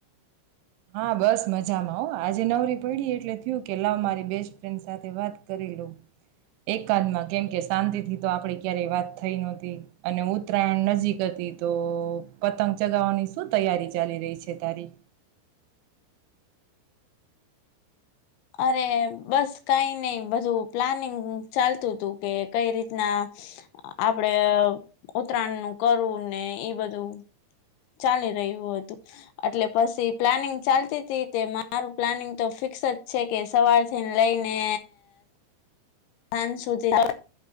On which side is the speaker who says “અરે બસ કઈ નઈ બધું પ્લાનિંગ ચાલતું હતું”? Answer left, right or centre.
Left